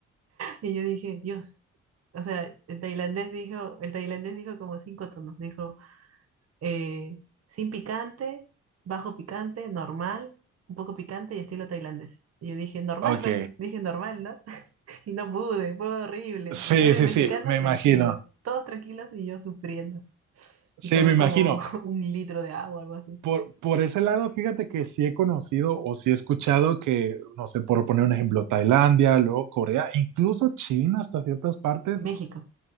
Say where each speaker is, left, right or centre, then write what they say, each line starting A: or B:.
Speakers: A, on the right; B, on the right.
A: Y yo dije, Dios. O sea, el tailandés dijo, el tailandés dijo como cinco tonos. Dijo. eh, sin picante, bajo picante, normal, un poco picante y estilo tailandés. Y yo dije, normal,
B: Ok.
A: pues, dije normal, ¿no? <laughs> Y no pude, fue horrible.
B: Sí,
A: En cambio,
B: sí,
A: el mexicano,
B: sí, me
A: tranquilo,
B: imagino.
A: todos tranquilos y yo sufriendo.
B: Sí,
A: Y tomé
B: me imagino.
A: como <laughs> un litro de agua, algo así.
B: por, por ese lado, fíjate que sí he conocido o sí he escuchado que, no sé, por poner un ejemplo, Tailandia, luego Corea, incluso China hasta ciertas partes
A: México,